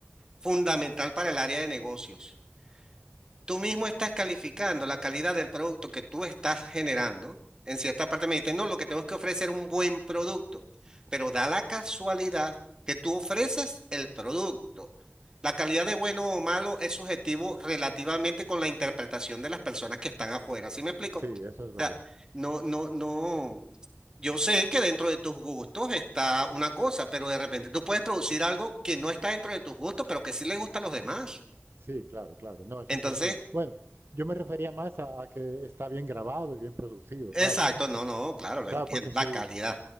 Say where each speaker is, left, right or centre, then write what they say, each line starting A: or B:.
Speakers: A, on the right; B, on the right.
A: fundamental para el área de negocios. tú mismo estás calificando la calidad del producto que tú estás generando. En cierta parte me dicen, no, lo que tenemos que ofrecer es un buen producto, pero da la casualidad que tú ofreces el producto. La calidad de bueno o malo es subjetivo relativamente con la interpretación de las personas que están afuera. ¿Sí me explico?
B: Sí,
A: O
B: eso es verdad.
A: sea, no, no, no. Yo sé que dentro de tus gustos está una cosa, pero de repente tú puedes producir algo que no está dentro de tus gustos, pero que sí le gusta a los demás.
B: Sí, claro, claro. No, eso
A: Entonces,
B: es así. Bueno, yo me refería más a, a que está bien grabado y bien producido,
A: Exacto,
B: claro.
A: no, no, claro, lo
B: Claro,
A: entiendo.
B: porque si,
A: La calidad.